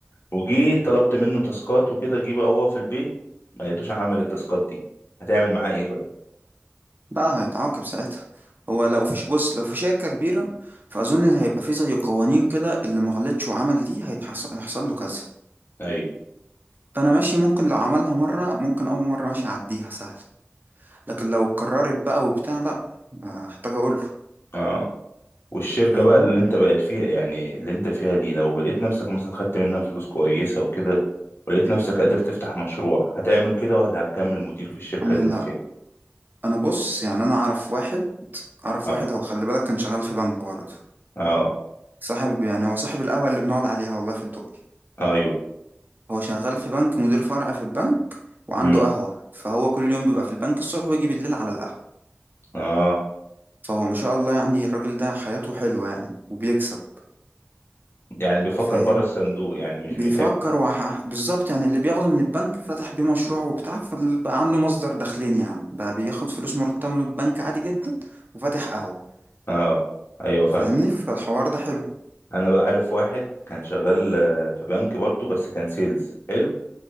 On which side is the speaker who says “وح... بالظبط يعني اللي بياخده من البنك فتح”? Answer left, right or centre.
Right